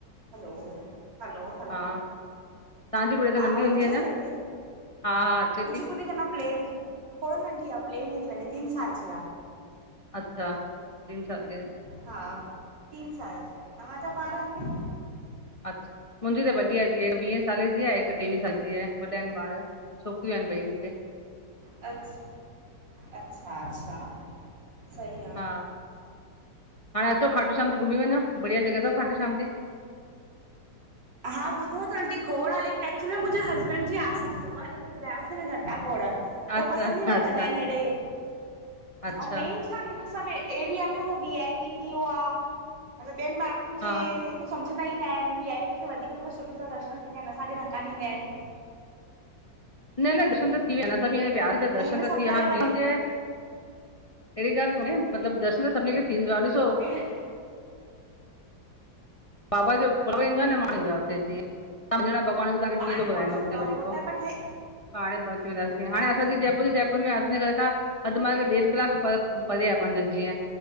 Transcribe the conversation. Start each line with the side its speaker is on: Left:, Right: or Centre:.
Right: हलो हलो हलो
Left: हा तव्हांजी गुड़िया
Right: हा
Left: त नंढी
Right: आवाज़
Left: हूंदी
Right: अचेव
Left: अञा
Right: थी आंटी?
Left: हा हा अचे थी
Right: मुंजी गुॾी त न प्ले में थोड़ो नंढी आह, प्ले में थी वञे टिन साल जी आ।
Left: अच्छा, तीन साल जी आ।
Right: हा, तीन साल जी आ, तव्हांजा ॿार आंटी?
Left: अ्च्, छा मुंजी त वॾी आ धी अ, हिकु वीहें साले जी आ, हिकु टेवीह साल जी आ, वॾा आहिन ॿार। छोकिरियूं आहिन ॿई मूंखे।
Right: अ्छा अच्छा- अच्छा, सही आ।
Left: हा, हाणे अचो खाटू श्याम जी घुमी वंञो बढ़िया जॻह थव खाटू श्याम जी।
Right: हा ॿुधो त आंटी खोड़ आ, लेकिन एक्चुअली मुंहिंजे हस्बैंड जी आस्था भगवान में ॿुधायांसि न घटा खोड़ त
Left: अच्छा
Right: पसंदि ई न
Left: अच्छा
Right: कंदा आहिन हेड़े,
Left: अच्छा
Right: ऐं मेन छा हिन सब एरिया में हू, वी आई पी थी वियो आ, मतिलबु ॿियनि माण्हुनि खे
Left: हा
Right: हे कुछ सम्झंदा ई न आहिनि, वी आई पी खे वधीक मतिलबु सुठे सां दर्शन थींदा आहिन, असांखे धक्का ॾींदा आहिन।
Left: न- न दर्शन त थी विया, सब वया, दर्शन
Right: हिन
Left: त
Right: सभु
Left: थी
Right: करे
Left: वया
Right: वरी
Left: अहिड़ी ॻाल्हि कोन्हे, मतलबु दर्शन त सभिनी खे थींदो आ, ॾिसो
Right: बि <unintelligible>
Left: बाबा जो पर्व ईंदो आ न, माण्हू ईंदो आहिन हुते जींअं भॻवान <inaudible> असांखे
Right: पाण
Left: कीअं थो
Right: ई
Left: ॿुधाइंदो
Right: पहुची वेंदो
Left: हुते
Right: आ
Left: वरी
Right: हो
Left: पो?
Right: त बट हे
Left: पाण पहुची वेंदा सीं, हाणे असांजी जयपुर जे जयपुर में असीं घर खां अधु मा ॾेढ कलाकु पर परे आ पंध जीअं